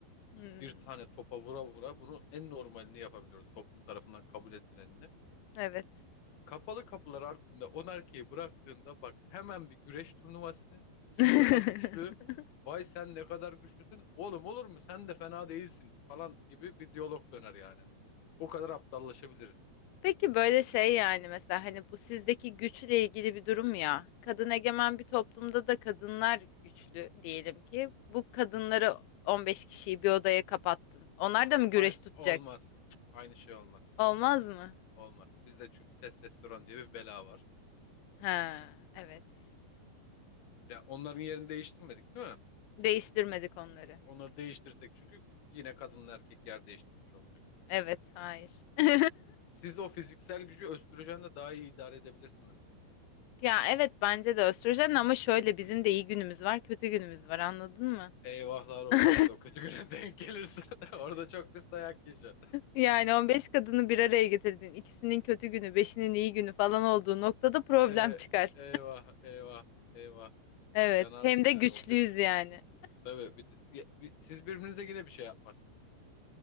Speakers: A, on the left; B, on the left.
A: Hmm,
B: bir tane topa vura vura bunu en normalini yapabiliyoruz. Toplum tarafından kabul edilenini.
A: evet.
B: Kapalı kapılar ardında 10 erkeği bıraktığında bak hemen bir güreş turnuvası. Kim
A: <laughs>
B: daha güçlü? Vay sen ne kadar güçlüsün. Oğlum olur mu? Sen de fena değilsin falan gibi bir diyalog döner yani. O kadar aptallaşabiliriz.
A: Peki böyle şey yani mesela hani bu sizdeki güçle ilgili bir durum ya. Kadın egemen bir toplumda da kadınlar güçlü diyelim ki. Bu kadınları 15 kişiyi bir odaya kapattın. Onlar da mı güreş
B: Ay,
A: tutacak?
B: olmaz. Cık, aynı şey olmaz.
A: Olmaz mı?
B: Olmaz. Bizde çünkü testosteron diye bir bela var.
A: Ha, evet.
B: Ya onların yerini değiştirmedik değil mi?
A: Değiştirmedik onları.
B: Onları değiştirsek çünkü yine kadınla erkek yer değiştirmiş olacak.
A: Evet, hayır. <laughs>
B: Siz o fiziksel gücü östrojenle daha iyi idare edebilirsiniz.
A: Ya evet bence de östrojen ama şöyle bizim de iyi günümüz var, kötü günümüz var anladın mı?
B: Eyvahlar olsun
A: <laughs>
B: işte o kötü güne <laughs> denk gelirse <laughs> orada çok pis dayak yiyeceksin.
A: Yani 15 kadını bir araya getirdin. İkisinin kötü günü, beşinin iyi günü falan olduğu noktada problem
B: Ee,
A: çıkar.
B: eyvah eyvah eyvah
A: Evet.
B: yanarsın
A: Hem de
B: yani
A: güçlüyüz
B: o kötü.
A: yani.
B: Tabii bir, ya- bir- siz birbirinize yine bir şey yapmazsınız. <laughs>